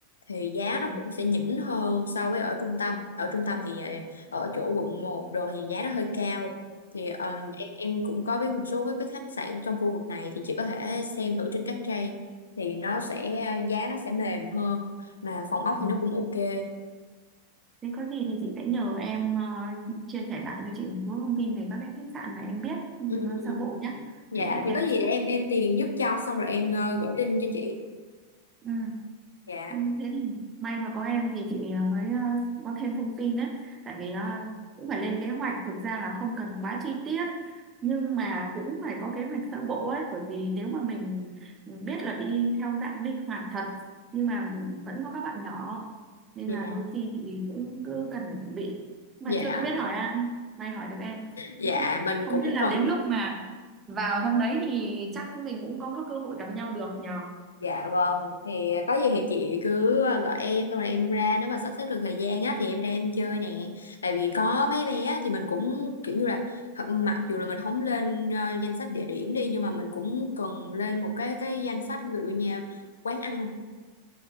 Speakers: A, on the left; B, on the right.
A: thì giá
B: Ừ.
A: nó cũng sẽ nhỉnh hơn so với ở trung tâm. Ở trung tâm thì ờ, ở chỗ quận một đồ thì giá nó hơi cao. Thì ừm, em em cũng có biết một số cái, cái khách sạn trong khu vực này thì chị có thể xem thử trên các trang thì nó sẽ giá nó sẽ mềm hơn mà phòng ốc
B: Ừ.
A: thì nó cũng ok.
B: Nếu có gì thì chị sẽ nhờ em ờ, chia sẻ lại cho chị một số thông tin về các cái khách sạn mà em biết ừ,
A: Ừ,
B: nó
A: ừ.
B: sơ bộ nhé
A: Dạ
B: để chị
A: thì
B: xem
A: có gì
B: trước.
A: để em em tìm giúp cho xong rồi em ờ, gửi link cho chị.
B: Ừ.
A: Dạ.
B: Ừ, Thế thì may mà có em thì chị ờ, mới ờ, có thêm thông tin đấy tại vì ờ, cũng phải lên kế hoạch thực ra là không cần quá chi tiết nhưng mà cũng phải có kế hoạch sơ bộ ấy bởi vì nếu mà mình biết là đi theo dạng linh hoạt thật nhưng mà vẫn có các bạn nhỏ nên
A: Dạ.
B: là đôi khi thì cũng cứ cần phải chuẩn bị mà
A: Dạ,
B: chưa biết hỏi ai may hỏi được em
A: dạ
B: thì không
A: mình
B: không
A: cũng
B: biết là
A: cần
B: đến lúc mà vào trong đấy thì chắc mình cũng có cơ hội gặp nhau được nhờ
A: Dạ vâng, thì có gì thì chị cứ ờ, gọi em xong rồi em ra nếu mà sắp xếp được thời gian á thì em ra em chơi nè. Tại vì có mấy bé á, thì mình cũng kiểu như là h- mặc dù là mình không lên ờ, danh sách địa điểm đi nhưng mà mình cũng cần lên một cái cái danh sách ví dụ như quán ăn